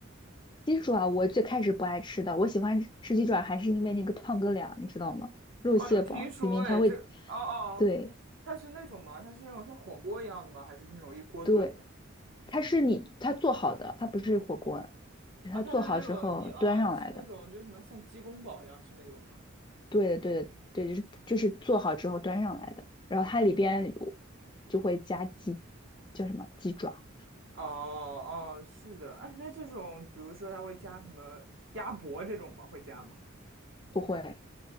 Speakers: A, on the left (about 20°); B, on the right (about 65°).
A: 鸡爪我最开始不爱吃的，我喜欢吃鸡爪还是因为那个胖哥俩，你知道吗？肉蟹煲里面它会，
B: 哦，有听说哎，这哦哦，
A: 对
B: 它是那种吗？它是那种像火锅一样的吗？还是那种一锅炖的？
A: 对，它是你它做好的，它不是火锅，它做好之后端上来的。
B: 哦，它是那种一哦哦，它是那种就是什么像鸡公煲一样是那种吗？
A: 对的对的对，就是就是做好之后端上来的。然后它里边有
B: 哎，
A: 就会加鸡，叫什么鸡爪？
B: 哦哦，是的，哎，那这种比如说它会加什么鸭脖这种吗？会加吗？
A: 不会。